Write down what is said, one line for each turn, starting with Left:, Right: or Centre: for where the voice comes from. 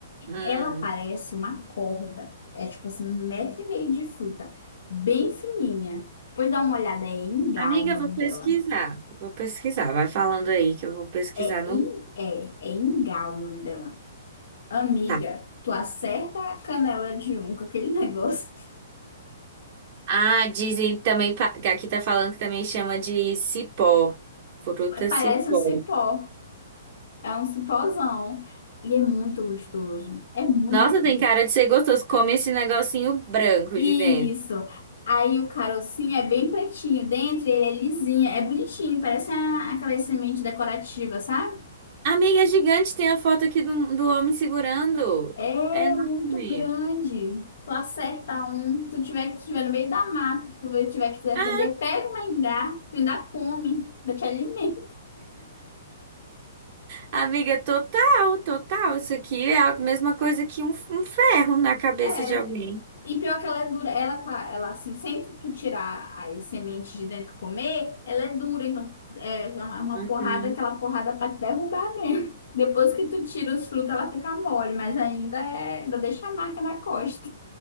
Right: Hum.
Left: Ela parece uma corda. É tipo assim, um metro e meio de fruta. Bem fininha. Pois dá uma olhada, é Engal
Right: Amiga,
Left: o nome
Right: eu vou pesquisar.
Left: dela.
Right: Vou pesquisar. Vai falando aí que eu vou pesquisar
Left: É,
Right: no.
Left: in, é, é Engal o nome dela. Amiga,
Right: Tá.
Left: tu acerta a canela de um com aquele negócio.
Right: Ah, dizem também. pa- que Aqui tá falando que também chama de cipó. Fruta
Left: <laughs> Parece
Right: cipó.
Left: um cipó. É um cipózão. E é muito gostoso. É muito
Right: Nossa,
Left: doce.
Right: tem cara de ser gostoso. Come esse negocinho branco
Left: Isso.
Right: de dentro.
Left: Aí o carocinho é bem pretinho dentro, ele é lisinho, é bonitinho, parece a- aquelas sementes decorativas, sabe?
Right: Amiga, é gigante. Tem a foto aqui do, do homem segurando.
Left: É
Right: É enorme.
Left: muito grande. Tu acerta um, se tu tiver, se tiver no meio da mata, tu vê- tiver que se defender,
Right: Ah,
Left: pega uma engar, tu ainda come, ainda te alimenta.
Right: Amiga, total, total. Isso aqui é a mesma coisa que um, um ferro na cabeça
Left: É.
Right: de alguém.
Left: E pior que ela é dura, ela, com a- ela assim, sem tu tu tirar as sementes de dentro e comer, ela é dura, então é uma é uma
Right: Uhum.
Left: porrada, aquela porrada pra te derrubar mesmo. <laughs> Depois que tu tira os frutos, ela fica mole, mas ainda é, ainda deixa a marca na costa.